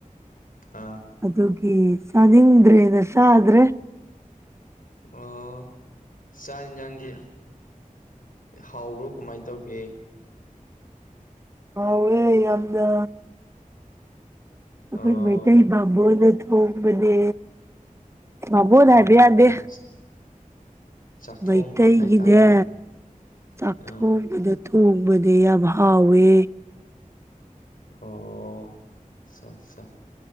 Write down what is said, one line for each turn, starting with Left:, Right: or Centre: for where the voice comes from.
Left: ꯑꯥ
Right: ꯑꯗꯨꯒꯤ ꯆꯥꯅꯤꯡꯗ꯭ꯔꯦꯅ ꯆꯥꯗ꯭ꯔꯦ
Left: ꯑꯣ ꯆꯥꯛ ꯍꯤꯟꯖꯥꯡꯗꯤ ꯍꯥꯎꯕ꯭ꯔꯣ ꯀꯃꯥꯏ ꯇꯧꯒꯦ
Right: ꯍꯥꯎꯋꯦ ꯌꯥꯝꯅ ꯑꯩꯈꯣꯏ
Left: ꯑꯣ
Right: ꯃꯩꯇꯩ ꯕꯥꯕꯣꯟꯅ ꯊꯣꯡꯕꯅꯦ ꯕꯥꯕꯣꯟ
Left: ꯑꯣ
Right: ꯍꯥꯏꯕ ꯌꯥꯗꯦ
Left: ꯆꯥꯛꯊꯣꯡꯕ
Right: ꯃꯩꯇꯩꯒꯤꯅꯦ
Left: ꯍꯥꯏꯇꯥꯥꯃꯤꯅꯦ
Right: ꯆꯥꯛꯊꯣꯡꯕꯅ
Left: ꯑꯥ
Right: ꯊꯣꯡꯕꯅꯦ ꯌꯥꯝ ꯍꯥꯎꯋꯦ
Left: ꯑꯣ ꯁꯥ ꯁꯥ